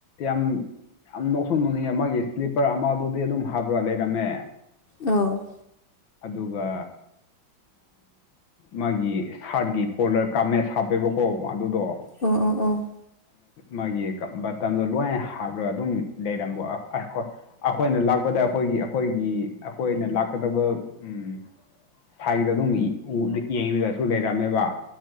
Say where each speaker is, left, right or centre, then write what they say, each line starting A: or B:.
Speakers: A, on the left; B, on the left.
A: ꯌꯥꯝ ꯌꯥꯝ ꯅꯣꯛꯁꯨꯣꯟ ꯅꯣꯡꯅꯤꯡꯉꯦ ꯃꯥꯒꯤ ꯏꯁ꯭ꯂꯤꯞꯄꯔ ꯑꯃꯗꯨꯗꯤ ꯑꯗꯨꯝ ꯍꯥꯞꯕ꯭ꯔꯥ ꯂꯩꯔꯝꯃꯦ
B: ꯑꯥꯎ
A: ꯑꯗꯨꯒ ꯃꯥꯒꯤ ꯁꯥꯔꯠꯀꯤ ꯀꯣꯂꯔ ꯀꯥꯞꯃꯦ ꯍꯥꯞꯄꯦꯕꯀꯣ ꯑꯗꯨꯗꯣ
B: ꯑꯣ ꯑꯣ ꯑꯣ
A: ꯃꯥꯒꯤ ꯕꯇꯟꯗꯣ ꯂꯣꯏꯅ ꯍꯥꯞꯄꯒ ꯑꯗꯨꯝ ꯂꯩꯔꯝꯕꯣ ꯍꯣꯏ ꯑꯩꯈꯣꯏꯅ ꯂꯥꯛꯄꯗ ꯑꯩꯈꯣꯏꯒꯤ ꯑꯩꯈꯣꯏꯒꯤ ꯑꯩꯈꯣꯏꯅ ꯂꯥꯛꯀꯗꯕ ꯎꯝ ꯁ꯭ꯋꯥꯒꯤꯗ ꯑꯗꯨꯝ ꯌꯦꯡꯉꯒꯁꯨ ꯂꯩꯔꯝꯃꯦꯕ